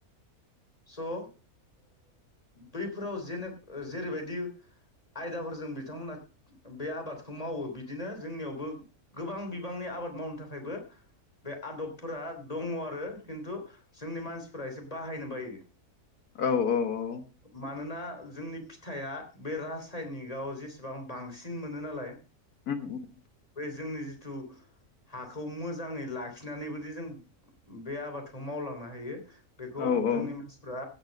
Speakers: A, on the left; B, on the left.
A: स' ओ बैफोराव जेने जेरैबायदि आयदाफोरजों बिथांमोना बे आबादखौ मावो बिदिनो जोंनियावबो गोबां बिबांनि आबाद मावनो थाखायबो बे आदब फोरा दङ आरो खिन्थु जोंनि मानसिफोरा एसे बाहायनो बायो।
B: औ औ
A: मानोना जोंनि फिथाइआ बे रासायनिकआव जेसेबां बांसिन मोनो नालाय
B: उम उम
A: बै जोंनि जिथु हाखौ मोजाङै लाखिनानैबोदि जों बे आबादखौ मावलांनो हायो। बेखौ
B: औ औ
A: जोंनि मानसिफ्रा